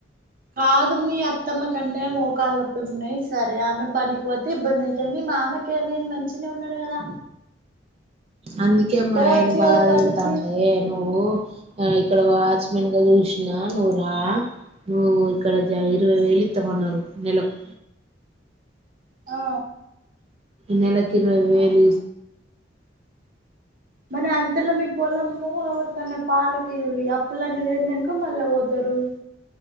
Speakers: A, on the right; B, on the right.
A: కాదు మీ అత్తమ్మ కంటే మోకాళ్ళ్ నొప్పుల్ ఉన్నాయ్ స్ సరే ఆమె పనికి పోతే ఇబ్బంది అయితే ని మామ్మకి కేమైంది మంచిగనే ఉన్నాడు కదా
B: అందుకే మా
A: పోవచ్చు
B: ఆయన బాగ
A: కదా పనికి
B: తిడతండే విను నువ్వు ఆ ఇక్కడ వాచ్మెన్ గా చూసినాన్ నువ్వు రా నువ్వు ఇక్కడ <unintelligible> ఇరవై వేలు ఇత్తామన్నారు నెలక్
A: ఆ
B: నేలక్ ఇరవైవేలు
A: మరి అంతలో మ పోలము ఎవరికన్నా పాలకి అప్పులని లేేనాక మళ్ళా పోతారు.